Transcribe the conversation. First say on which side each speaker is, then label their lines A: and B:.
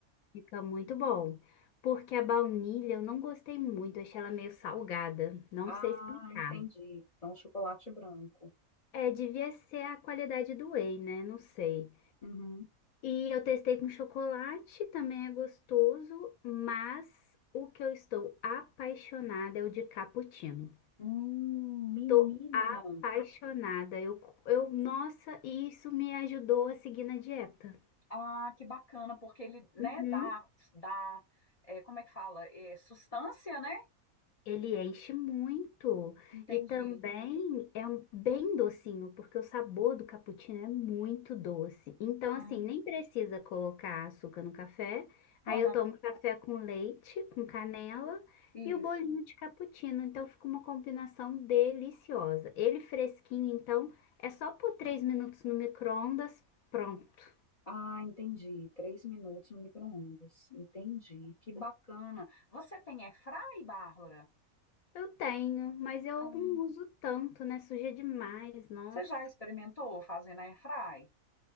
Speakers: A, on the left; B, on the left.
A: Fica muito bom. Porque a baunilha eu não gostei muito, achei ela meio salgada. Não
B: Ah,
A: sei explicar.
B: entendi. Então, chocolate branco.
A: É, devia ser a qualidade do whey, né? Não sei.
B: Uhum.
A: E eu testei com chocolate, também é gostoso, mas o que eu estou apaixonada é o de cappuccino.
B: Hum, Menina!
A: Tô apaixonada. Eu, eu, nossa, e isso me ajudou a seguir na dieta.
B: ah, que bacana, porque ele, né,
A: Uhum.
B: dá, dá, é, como é que fala? É, sustância, né?
A: Ele enche muito
B: Entendi.
A: e também é um- bem docinho, porque o sabor do cappuccino é muito doce. Então,
B: Ah,
A: assim, nem precisa colocar açúcar no café. Aí
B: aham,
A: eu tomo café com leite, com canela
B: isso.
A: e o bolinho de cappuccino. Então, fica uma combinação deliciosa. Ele fresquinho, então, é só por três minutos no micro-ondas, pronto.
B: Ah, entendi. Três minutos no micro-ondas. Entendi. Que bacana. Você tem airfry, Bárbara?
A: Eu tenho, mas eu
B: Ah,
A: não uso tanto, né? Suja demais, nossa.
B: você já experimentou fazendo airfry?